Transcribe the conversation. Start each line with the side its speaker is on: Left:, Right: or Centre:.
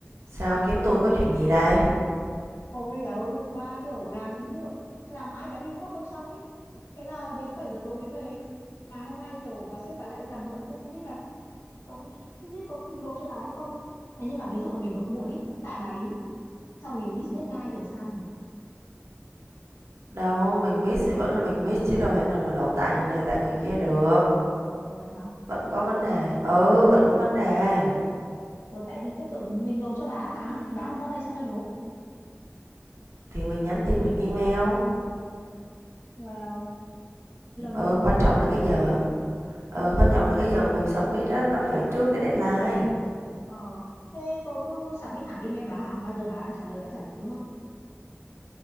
Right: Sao kiếm tôi có chuyện gì đây?
Left: Ôi bà ơi hôm qua kiểu làm muộn làm mãi cái report không xong ấy thế là đến 7 giờ tối mới về mà hôm nay kiểu bà sếp bà lại đi làm muộn tôi không biết là có không biết có kịp nộp cho bà hay không này nhưng mà ví dụ mà mình nộp muộn ấy tại bà ấy xong rồi mình miss deadline thì có sao không nhỉ
Right: Đâu, mình miss thì vẫn là mình miss chứ đâu thể nào mà đổ tại người này tại người kia được.
Left: Ủa vậy hả
Right: Vẫn có vấn đề. Ừ, vẫn có vấn đề.
Left: Ủa tại vì tôi tưởng mình nộp cho bà ấy mà thì bà không có ở đây sao tôi nộp
Right: Thì mình nhắn tin mình email.
Left: Well lâu
Right: Ừ,
Left: lắm
Right: quan
Left: rồi
Right: trọng là cái giờ.
Left: <laughs>
Right: Ừ,
Left: ờ
Right: quan trọng là cái giờ mà mình submit á, nó phải trước cái deadline.
Left: ờ thế tôi cứ submit thẳng email bà hả bao giờ bà trả lời bà trả lời đúng không